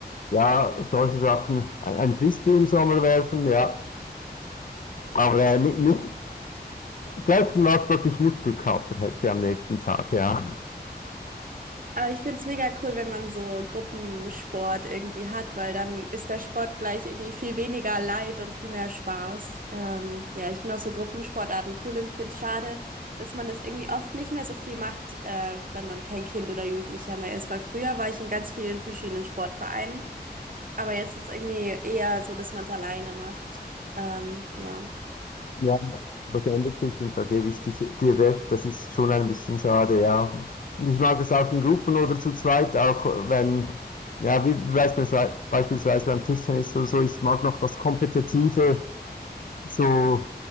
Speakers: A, on the left; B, on the right.
A: Ja, solche Sachen. Ein, ein Frisbee im Sommer werfen, ja. Aber äh, nicht, nicht selten was, dass ich Muskelkater hätte am nächsten Tag, ja.
B: Aber ich finde es mega cool, wenn man so Gruppensport irgendwie hat, weil dann ist der Sport gleich irgendwie viel weniger Leid und viel mehr Spaß. Ähm, ja, ich finde auch so Gruppensportarten cool und ich finde es schade, dass man das irgendwie oft nicht mehr so viel macht, äh, wenn man kein Kind oder Jugendlicher mehr ist, weil früher war ich in ganz vielen verschiedenen Sportvereinen, aber jetzt ist irgendwie eher so, dass man es alleine macht. Ähm, ja.
A: Ja, das ändert sich und da gebe ich dich, dir recht, das ist schon ein bisschen schade, ja. Und ich mag es auch in Gruppen oder zu zweit, auch wenn, ja, wie beispielsweise, beispielsweise beim Tischtennis oder so, ich mag noch das Kompetitive, so